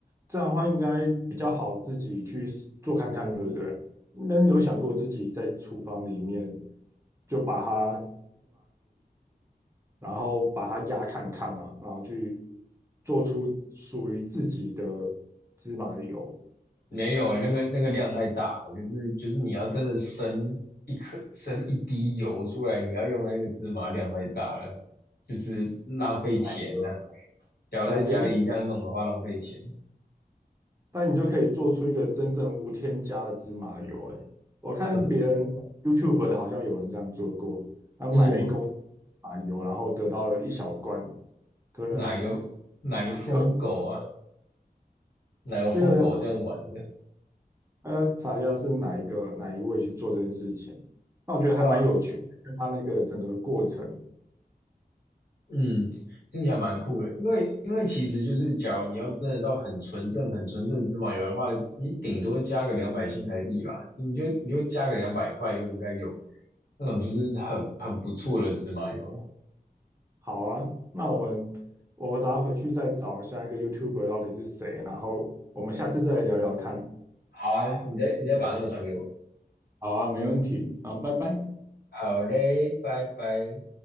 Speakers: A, on the right; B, on the left.
A: 这样的话应该比较好自己去做看看，对不对？那你有想过自己在厨房里面就把它，然后把它压看看嘛，然后去做出属于自己的芝麻油，
B: 没有欸，那个那个量太大了，就是就是你要真的生一颗生一滴油出来，你要用的那个芝麻量太大了，就是浪费钱呐、
A: 买个
B: 假如在家里这样弄的话，
A: 买个
B: 浪费钱。
A: 但你就可以做出一个真正无添加的芝麻油。哎，我看别人
B: 可是
A: YouTube 的好像有人这样做过，他买了一公斤芝麻油，
B: 我
A: 然后得到了一小罐，可能
B: 哪个哪个疯狗啊，
A: 二十。
B: 哪个疯狗这样玩的？
A: 这个呃，查一下是哪一个哪一位去做这件事情。那我觉得还蛮有趣，
B: 啊，
A: 跟他那个整个过程。
B: 嗯，听起来蛮酷的，因为因为其实就是，假如你要真的到很纯正、很纯正芝麻油的话，你顶多加个两百新台币吧，你就你就加个两百块就应该有那种就是很很不错的芝麻油了。
A: 好啊，那我们我等下回去再找下一个 y o u t u b e 到底是谁，然后我们下次再聊聊看。
B: 好啊，你再你再把那个转给我。
A: 好啊，没问题。啊，拜拜。
B: 好嘞，拜拜。